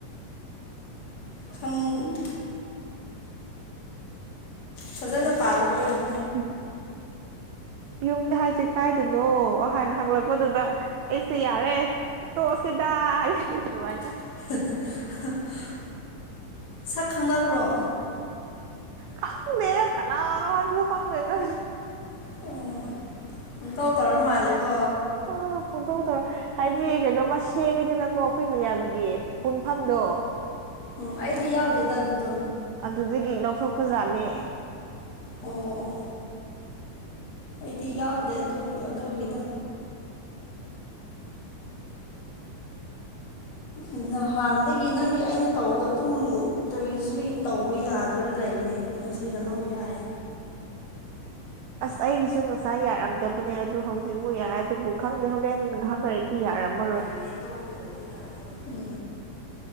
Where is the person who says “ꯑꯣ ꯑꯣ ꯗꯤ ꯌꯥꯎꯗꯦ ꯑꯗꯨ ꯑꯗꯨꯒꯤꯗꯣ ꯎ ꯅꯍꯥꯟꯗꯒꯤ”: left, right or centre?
Left